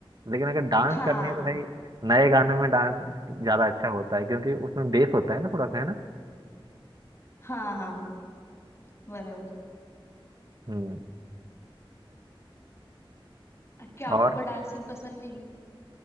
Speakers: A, on the right; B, on the left.
A: लेकिन अगर डांस
B: हाँ
A: करनी है तो भाई नए गानों में डांस ज्यादा अच्छा होता है क्योंकि उसमें बेस होता है ना थोड़ा सा है ना
B: हाँ हाँ बराबर
A: हम्म
B: क्या आपको
A: और
B: डांसिंग पसंद नहीं